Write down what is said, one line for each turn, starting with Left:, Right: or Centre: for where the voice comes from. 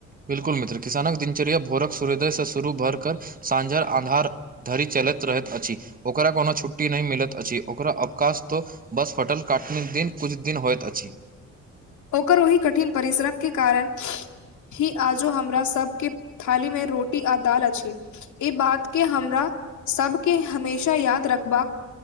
Right: बिलकुल मित्र किसानक दिनचर्या भोरक सूर्योदय से शुरू भर कर सांझार आन्धार धरि चलैत रहैत अछि ओकरा कोनो छुट्टी नहि मिलत अछि ओकरा अवकाश तऽ बस फटल काटने दिन कुछ दिन होइत अछि
Left: ओकर ओहि कठिन परिश्रम के कारण ही आजो हमरा सब के थाली मे रोटी आ दाल अछि ई बात के हमरा सबके हमेशा याद रखबाक